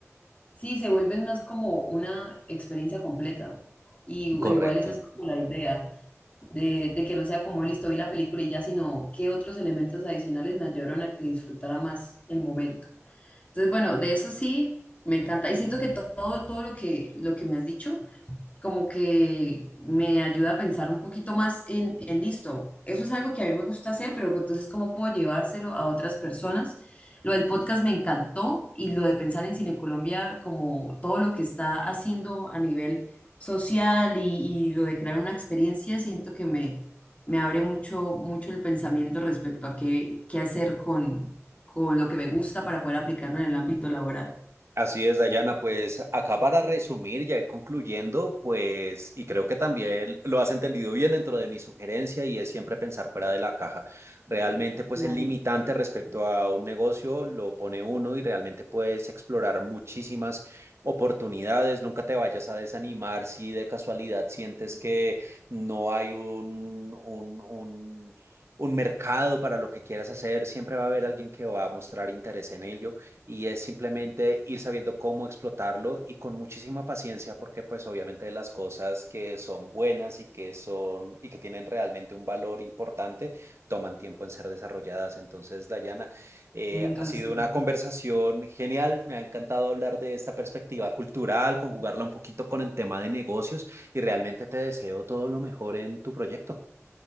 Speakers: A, on the left (about 25°); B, on the right (about 60°).
A: Sí, se vuelven más como una experiencia completa. Y u-
B: Correcto.
A: igual esa es como la idea, de, de que no sea como listo, vi la película y ya, sino qué otros elementos adicionales me ayudaron a que disfrutara más el momento. Entonces, bueno, de eso sí, me encanta. Y siento que to- todo, todo lo que, lo que me has dicho como que me ayuda a pensar un poquito más en, en listo. Eso es algo que a mí me gusta hacer, pero que entonces cómo puedo llevárselo a otras personas. Lo del podcast me encantó y lo de pensar en Cine Colombia como todo lo que está haciendo a nivel social y, y lo de crear una experiencia, siento que me, me abre mucho, mucho el pensamiento respecto a qué, qué hacer con, con lo que me gusta para poder aplicarlo en el ámbito laboral.
B: Así es, Dayana. Pues acá para resumir y ir concluyendo, pues, y creo que también lo has entendido bien dentro de mi sugerencia y es siempre pensar fuera de la caja. Realmente, pues,
A: Claro,
B: el limitante respecto a un negocio lo pone uno y realmente puedes explorar muchísimas oportunidades. Nunca te vayas a desanimar si de casualidad sientes que no hay un, un, un un mercado para lo que quieras hacer. Siempre va a haber alguien que va a mostrar interés en ello y es simplemente ir sabiendo cómo explotarlo y con muchísima paciencia porque pues obviamente las cosas que son buenas y que son y que tienen realmente un valor importante toman tiempo en ser desarrolladas. Entonces, Dayana, eh,
A: tienes
B: ha
A: razón.
B: sido una conversación genial, me ha encantado hablar de esta perspectiva cultural, conjugarla un poquito con el tema de negocios y realmente te deseo todo lo mejor en tu proyecto.